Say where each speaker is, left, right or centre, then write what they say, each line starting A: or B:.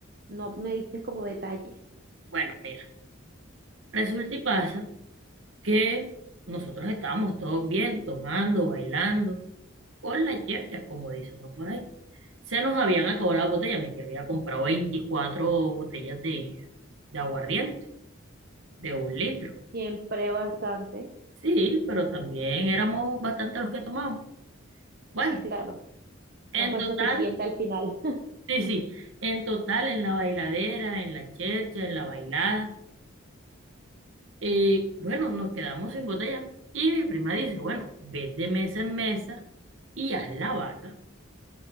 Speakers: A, on the right; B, on the right.
A: no me diste como detalles.
B: bueno, mira, resulta y pasa que nosotros estábamos todos bien, tomando, bailando, con la yerja, como dice uno por ahí. Se nos habían acabado las botellas. Mi tía había comprado 24 botellas de, de aguardiente, de un litro.
A: Siempre bastante.
B: Sí, pero también éramos bastante los que tomamos. Bueno,
A: Sí, claro.
B: en
A: No fue
B: total,
A: suficiente al final
B: sí, sí, en total, en la bailadera, en la chercha, en la bailada, eh, bueno, nos quedamos sin botella. Y mi prima dice, bueno, ve de mesa en mesa y haz la vaca